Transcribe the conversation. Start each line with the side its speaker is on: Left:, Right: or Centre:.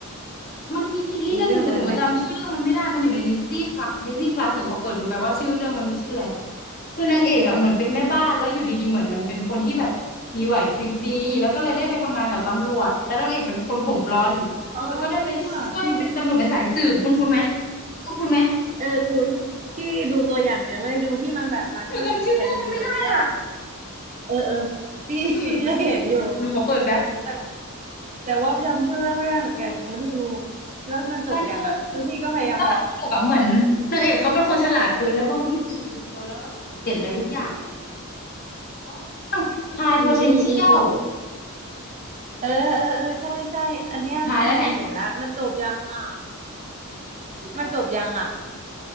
Left: มันมีซีรีส์เรื่องหนึ่งแต่หนูจำชื่อเรื่องมันไม่ได้
Right: มีเรื่องอะไรไหม
Left: มันอยู่ในดิสนีย์พลัสดิสนีย์พลัสหนูขอเปิดดูแปลว่าชื่อเรื่องมันชื่ออะไรคือนางเอกอ่ะเหมือนเป็นแม่บ้านแล้วอยู่ดีๆเหมือนมันเป็นคนที่แบบมีไหวพริบดีแล้วก็เลยได้ไปทำงานกับตำรวจแต่นางเอกเป็นคนผมบลอนด์แล้วก็ได้ไปช่วยเป็นตำรวจเป็นสายสืบคุณคุณไหม
Right: อ๋อที่
Left: คุณคุณไหม
Right: เออคุณที่ดูตัวอย่างแต่ยังไม่ได้ดูที่มันแบบมาช่วยสืบคดีเลยใช่ปะ
Left: เฮ้ยหนูจำชื่อเรื่องมันไม่ได้อ่ะ
Right: เออเออพี่
Left: เฮ้ยหนูอยู่
Right: <laughs> พี่ก็เห็นอยู่
Left: หนูขอเปิดแป๊บ
Right: แต่แต่ว่าจำชื่อเรื่องไม่ได้เหมือนกันยังไม่ได้ดูแล้วมันจบยังอ่ะคือพี่ก็พยายามรอ
Left: สนุกหนูดูแล้วแบบสนุกอ่ะเหมือนนางเอกเขาเป็นคนฉลาดเกินแล้วเป็นคนที่เก็บดีเทลแล้วแบบสังเกตอะไรทุกอย่างอะไรเงี้ย
Right: อยู่
Left: อ๋อชื่อเรื่อง High
Right: อืมอืมอืม
Left: Potential
Right: เออเออเออใช่ใช่อันเนี้ยพี่มองเห็นแล้วมันจบยังอ่ะ
Left: อีพีสุดท้ายแล้วเนี่ยหนูดูแป๊บมี
Right: มันจบยังอ่ะ